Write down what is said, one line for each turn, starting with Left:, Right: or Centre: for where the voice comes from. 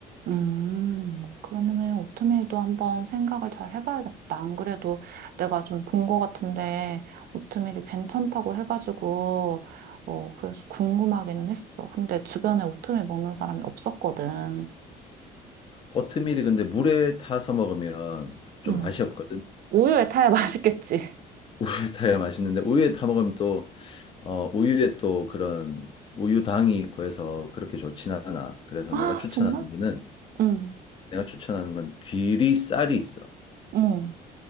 Right: 음, 그러면은 오트밀도 한번 생각을 잘 해봐야겠다. 안 그래도 내가 좀 본 거 같은데 오트밀이 괜찮다고 해가지고 어 그래서 궁금하기는 했어. 근데 주변에 오트밀 먹는 사람이 없었거든.
Left: 오트밀이 근데 물에 타서 먹으면 좀
Right: 음,
Left: 맛이 없거든.
Right: 우유에 타야 <laughs> 맛있겠지.
Left: <laughs> 우유에 타야 맛있는데 우유에 타 먹으면 또 어, 우유에 또 그런 우유당이 있고 해서 그렇게 좋진 않아. 그래서
Right: 아
Left: 내가 추천하는
Right: 정말?
Left: 거는
Right: 응,
Left: 내가 추천하는 건 귀리 쌀이 있어.
Right: 응,